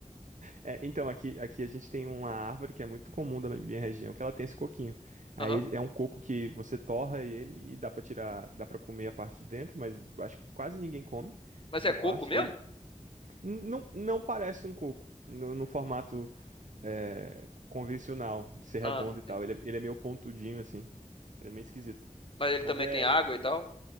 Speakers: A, on the right; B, on the left.
A: É, então aqui aqui a gente tem uma árvore que é muito comum da minha região, que ela tem esse coquinho. Aí
B: Aham.
A: é um coco que você torra ele e dá pra tirar, dá pra comer a parte de dentro, mas acho que quase ninguém come
B: Mas
A: essa
B: é coco
A: parte.
B: mesmo?
A: Ele n- não não parece um coco no, no formato é, convencional, de ser redondo
B: Ah,
A: e tal.
B: sim.
A: Ele é, ele é meio pontudinho, assim. Ele é meio esquisito.
B: Mas ele
A: Mas
B: também
A: é.
B: tem água e tal?